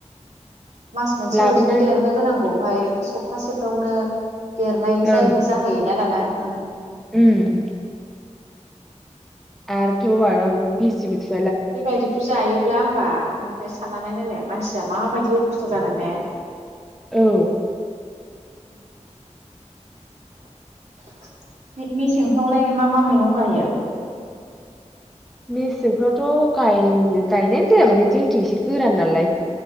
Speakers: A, on the right; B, in the centre.
A: मास मोनसेयाव
B: लाबोनानै
A: इदिनो देरनो
B: दोन
A: गोनांगौ बहाय सप्तासे फ्रावनो देरनाय जाय
B: ओं
A: जाहोयोना दाना? ओं।
B: उम। आरोथ' मालाबा बिजिबो थु
A: बेबायदिखौ जायोब्ला बा नुवाखै साननानै नायलाय मानसिया माबायदि अबस्था जागोन ने?
B: औ
A: उम <inaudible> मे मे मेसेंफ्रावलाय मा-मा मैगं गायो
B: मेसेंफ्रावथ गायनायानो जाया माने जोंथि एसे गोरान नालाय